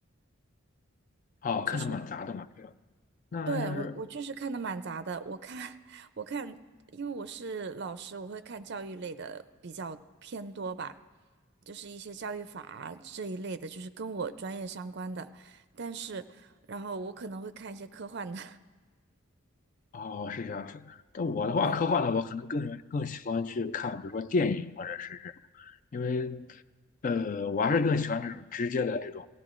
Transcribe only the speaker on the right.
就是。
对，我我确实看的蛮杂的，我看 <laughs> 我看，因为我是老师，我会看教育类的比较偏多吧，就是一些教育法啊这一类的，就是跟我专业相关的。但是，然后我可能会看一些科幻的，
<laughs> 对，